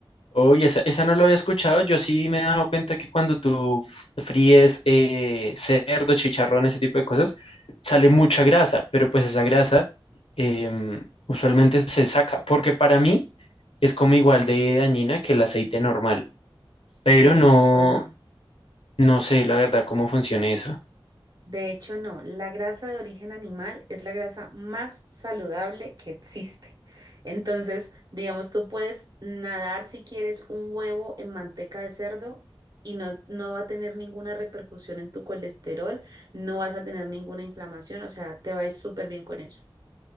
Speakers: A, on the left (about 80°); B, on the right (about 45°).
A: Oye, esa, esa no lo había escuchado. Yo sí me he dado cuenta que cuando tú fríes eh, cerdo, chicharrón, ese tipo de cosas, sale mucha grasa, pero pues esa grasa em, usualmente se saca, porque para mí es como igual de dañina que el aceite normal. pero
B: De
A: no,
B: hecho, no.
A: no sé la verdad cómo funciona eso.
B: De hecho, no. La grasa de origen animal es la grasa más saludable que existe. Entonces, digamos, tú puedes nadar si quieres un huevo en manteca de cerdo y no, no va a tener ninguna repercusión en tu colesterol, no vas a tener ninguna inflamación, o sea, te va a ir súper bien con eso.